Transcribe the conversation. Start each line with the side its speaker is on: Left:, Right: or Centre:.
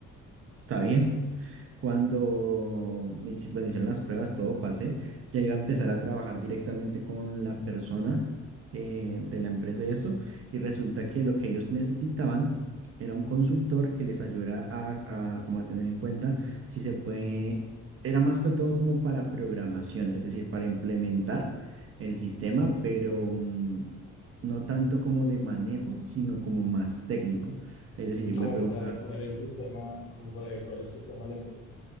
Right: Está bien. Cuando me, hici- bueno, hicieron las pruebas, todo pasé, ya iba a empezar a trabajar directamente con la persona eh, de la empresa y eso, y resulta que lo que ellos necesitaban era un consultor que les ayudara a, a como a tener en cuenta si se puede, era más que todo como para programación, es decir, para implementar el sistema, pero mm, no tanto como de manejo, sino como más técnico. Es decir, me
Left: Como
Right: preguntaban
Left: para adecuar el sistema, como para adecuar el sistema a la empresa.